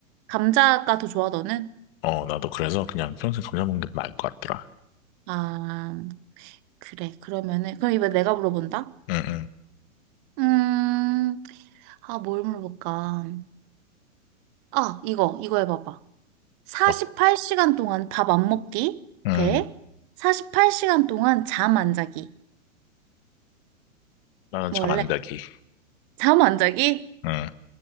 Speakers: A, on the right (about 35°); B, on the left (about 45°).
A: 감자가 더 좋아, 너는?
B: 어 나도 그래서 그냥 평생 감자 먹는 게 나을 것 같더라.
A: 아, 그래. 그러면은, 그럼 이번에 내가 물어본다?
B: 응응.
A: 음, 아, 뭘 물어볼까? 아, 이거, 이거 해봐봐. 48시간
B: 어,
A: 동안 밥 안 먹기
B: 응.
A: 대 48시간 동안 잠 안 자기.
B: 나는
A: 원래
B: 잠 안 자기.
A: 잠 안 자기?
B: 응.